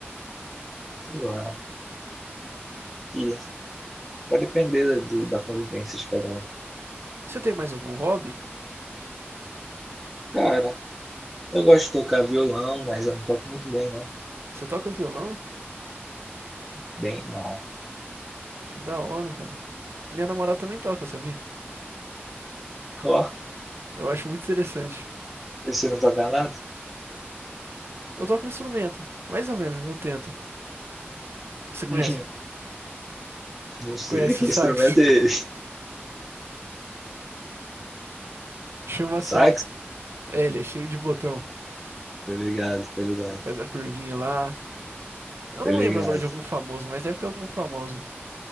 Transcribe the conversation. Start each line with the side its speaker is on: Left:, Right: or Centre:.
Centre: Sei lá. Que vai depender do- da convivência de cada um.
Right: Você tem mais algum hobby?
Centre: Cara, eu gosto de tocar violão, mas eu não toco muito bem, não.
Right: Você toca violão?
Centre: Bem mal.
Right: Que da hora, cara. Minha namorada também toca, sabia?
Centre: Ó,
Right: Eu acho muito interessante.
Centre: e você não toca nada?
Right: Eu toco um instrumento, mais ou menos, eu tento. Você
Centre: Hum,
Right: conhece?
Centre: não sei
Right: Conhece
Centre: que
Right: o
Centre: instrumento
Right: sax?
Centre: é esse.
Right: <laughs> Chama
Centre: Sax?
Right: sax. É, ele é cheio de botão.
Centre: Tá ligado, tá ligado.
Right: Faz a curvinha lá. Eu
Centre: Tá
Right: não
Centre: ligado.
Right: lembro agora de algum famoso, mas deve ter algum famoso